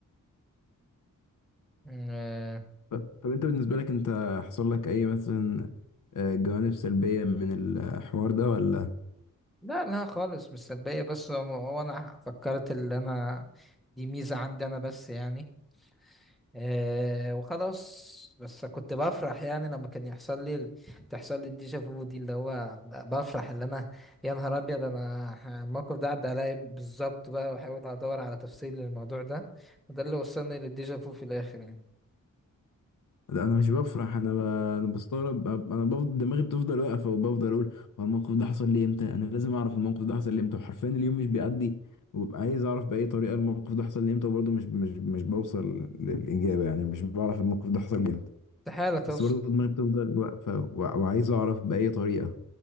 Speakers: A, in the centre; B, on the left.
A: مم، آه،
B: طب, طب انت بالنسبة لك انت حصل لك اي مثلا آه، جوانب سلبية من الحوار ده ولا
A: لا لا خالص مش سلبية بس هو هو انا فكرت اللي انا دي ميزة عندي انا بس يعني آه وخلاص بس كنت بفرح يعني لما كان يحصل لي ال- تحصل لي الديجا فو دي اللي هو ب- بفرح اللي انا يا نهار ابيض انا ح- الموقف ده عدى عليا بالظبط بقى واحاول ادور على تفسير للموضوع ده وده اللي وصلني للديجا فو في الاخر يعني
B: لا انا مش بفرح انا ب... انا بستغرب انا بفضل دماغي بتفضل واقفة وبفضل اقول هو الموقف ده حصل لي امتى انا لازم اعرف الموقف ده حصل لي امتى وحرفيا اليوم مش بيعدي وببقى عايز اعرف بأي طريقة الموقف ده حصل لي امتى وبرضه مش مش مش بوصل للإجابة يعني مش بعرف الموقف ده حصل لي امتى
A: استحالة توصل
B: بس برضه دماغي بتفضل واقفة وع- وعايز اعرف بأي طريقة